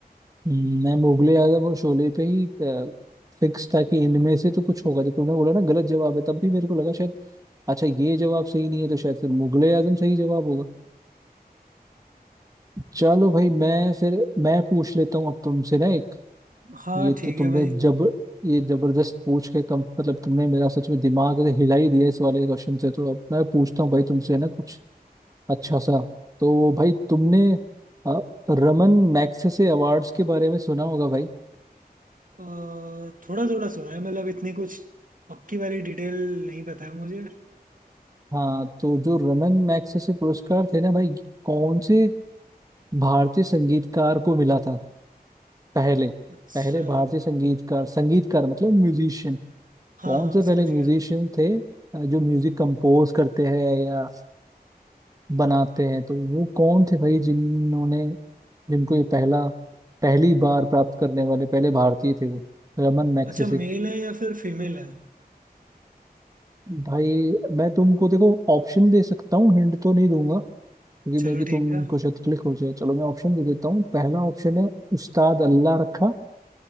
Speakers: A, on the right; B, on the right.
A: हम्म, मैं मुगले आजम और शोले पे ही फिक्स था कि इनमें से तो कुछ होगा जब तूने बोला ना गलत जवाब है तब भी मेरे को लगा शायद अच्छा ये जवाब सही नहीं है तो शायद फिर मुगले आजम सही जवाब होगा चलो भाई मैं फिर मैं पूछ लेता हूँ अब तुमसे ना एक
B: हाँ
A: ये तो
B: ठीक
A: तुमने
B: है भाई
A: जब ये जबरदस्त पूछ के कम मतलब तुमने मेरा सच में दिमाग ऐसे हिला ही दिया इस वाले क्वेश्चन से तो अब मैं पूछता हूँ भाई तुमसे ना कुछ अच्छा सा तो भाई तुमने अ, रमन मैग्सेसे अवार्ड्स के बारे में सुना होगा भाई
B: अ, थोड़ा थोड़ा सुना है मतलब इतनी कुछ पक्की वाली डिटेल नहीं पता है मुझे
A: हाँ तो जो रमन मैग्सेसे पुरस्कार थे ना भाई कौन से भारतीय संगीतकार को मिला था पहले
B: अच्छा
A: पहले भारतीय संगीतकार संगीतकार मतलब म्यूजिशियन
B: हाँ
A: कौन
B: हाँ
A: से पहले
B: समझ
A: म्यूजिशियन
B: गया
A: थे अ, जो म्यूजिक कंपोज करते हैं या बनाते हैं तो वो कौन थे भाई जिन्होंने जिनको ये पहला पहली बार प्राप्त करने वाले पहले भारतीय थे वो रमन मैग्सेसे
B: अच्छा मेल है या फिर फीमेल है
A: भाई मैं तुमको देखो ऑप्शन दे सकता हूँ हिंट तो नहीं दूंगा क्योंकि
B: चलो
A: मे भी तुमको
B: ठीक है
A: शायद क्लिक हो जाए चलो मैं ऑप्शन दे देता हूँ पहला ऑप्शन है उस्ताद अल्लाह रखा